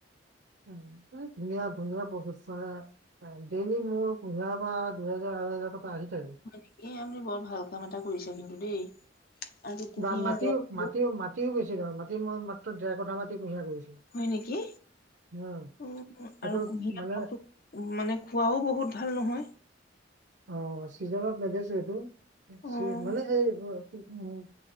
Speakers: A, on the right (about 65°); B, on the left (about 55°).
A: উম্। ধুনীয়া, ধুনীয়াা প্ৰচেষ্টাৰে অ' ডেইলী মোৰ কু্ঁহিয়াৰ পৰা দুহেজাৰ, আঢ়ৈহাজাৰ টকা আহি থাকে
B: হয় নেকি? আপুনি বৰ ভাল কাম এটা কৰিছে কিন্তু দেই। আৰু কুঁহিয়াৰ
A: বা মাটিও,
B: ৰসটো
A: মাটিও, মাটিও বেছি নহয়। মাটি মই মাত্ৰ ডেৰ কোঠা মাটি কুঁহিয়াৰ কৰিছো
B: হয় নেকি?
A: উম
B: উম্
A: সেইটো
B: আৰু কুঁহিয়াৰ
A: মানে
B: মানে খোৱাওঁ বহুত ভাল নহয়।
A: অ' ছিজনত নেবেছো এইটো। বেছি
B: অ',
A: মানে এই উম্ সেইটো নহয়।